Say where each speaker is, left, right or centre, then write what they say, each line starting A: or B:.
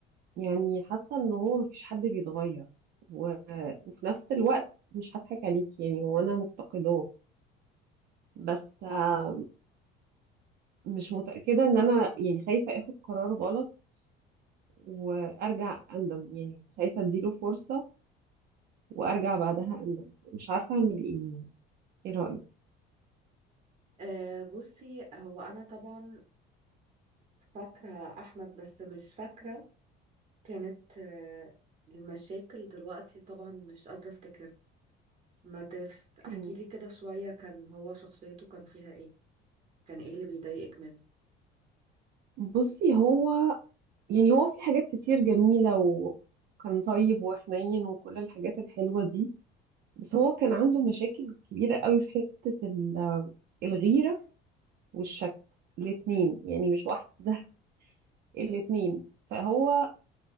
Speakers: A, on the right (about 55°); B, on the right (about 30°).
A: يعني حاسة ان هو مفيش حد بيتغير و... وفي نفس الوقت مش هضحك عليك يعني هو انا مفتقداه بس آه، مش متأكدة ان انا يعني خايفة اخد قرار غلط وارجع اندم يعني خايفة اديله فرصة وارجع بعدها اندم مش عارفة اعمل ايه يعني. ايه رأيك
B: آه بصي هو انا طبعا فاكره احمد بس مش فاكره كانت آه المشاكل دلوقتي طبعا مش قادره افتكر ما تف... احكي
A: مم.
B: لي كده شويه كان هو شخصيته كان فيها ايه كان ايه اللي بيضايقك منه
A: بصي هو يعني هو في حاجات كتير جميلة و- وكان طيب وحنين وكل الحاجات الحلوة دي بس هو كان عنده مشاكل كبيرة قوي في حتة ال- الغيرة والشك الاتنين يعني مش واحدة <laughs> الاتنين فهو